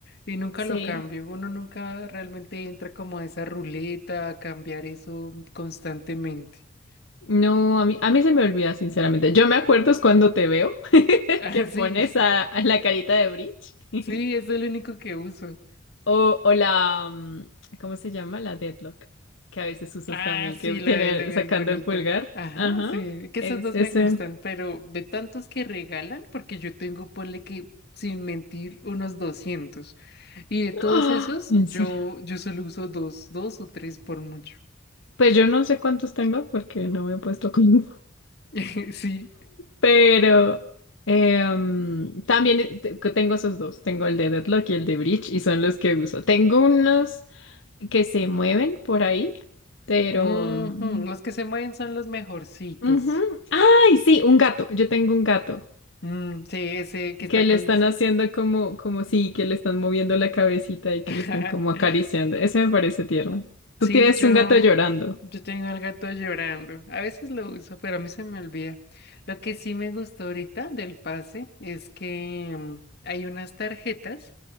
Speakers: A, on the left; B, on the left.
A: Y nunca
B: sí.
A: lo cambio. Uno nunca realmente entra como a esa ruleta a cambiar eso constantemente. <laughs>
B: No, a mí, a mí se me olvida, sinceramente. Yo me acuerdo es cuando te veo <laughs>
A: Ah,
B: que
A: sí,
B: pones a, a la carita de Breach. <laughs>
A: sí, es el único que uso.
B: O, o la. mm, ¿Cómo se llama? La Deadlock. Que a veces usas
A: Ah,
B: también,
A: sí,
B: que
A: la
B: tiene
A: de Lego
B: sacando
A: es bonita.
B: el pulgar.
A: Ajá,
B: Ajá.
A: sí, que
B: Es,
A: esas dos
B: ese.
A: me gustan, pero de tantos que regalan, porque yo tengo, ponle que, sin mentir, unos 200. Y de
B: <gasps>
A: todos
B: ¡Ah!
A: esos,
B: ¿en
A: yo,
B: serio?
A: yo solo uso dos, dos o tres por mucho.
B: Pues yo no sé cuántos tengo porque no me he puesto con
A: <laughs> Sí,
B: Pero em, también te- tengo esos dos, tengo el de Deadlock y el de Breach y son los que uso. Tengo unos que se mueven por ahí, pero...
A: Ujú,
B: mm,
A: Los que se mueven son los mejorcitos.
B: ujú. ¡Ay, sí! Un gato, yo tengo un gato
A: Mm, sí, ese que está
B: que le
A: con...
B: están haciendo como, como sí, que le están moviendo la cabecita y que
A: <laughs>
B: le están como acariciando. Ese me parece tierno. Tú
A: Sí,
B: tienes
A: yo,
B: un gato llorando.
A: yo tengo el gato llorando. A veces lo uso, pero a mí se me olvida. Lo que sí me gustó ahorita del pase es que mm, hay unas tarjetas